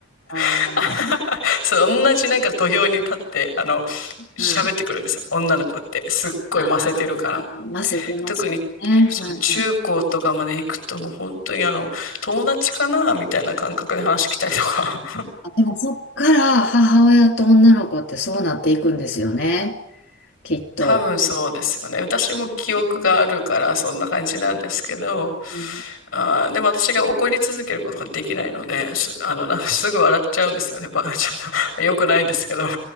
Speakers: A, on the left (about 65°); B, on the left (about 85°).
A: ああ、
B: <laughs> そう、同じなんか土俵に立って、あの、
A: うん。
B: 喋ってくるんですよ。女の子って。すっごいませてるから。
A: ああ、ませてますね。
B: 特に、そう、
A: うんうん。
B: 中高とかまで行くともう本当にあの、友達かなみたいな感覚で話来たりとか。
A: あ、でもそっから母親と女の子ってそうなっていくんですよね。きっと。
B: <laughs> 多分そうですよね。私も記憶があるからそんな感じなんですけど、
A: うん。
B: あー、でも私が怒り続けることができないので、す、あの、なすぐ笑っちゃうんですよね。ば、ちょっと、<laughs> 良くないんですけど。<laughs> なん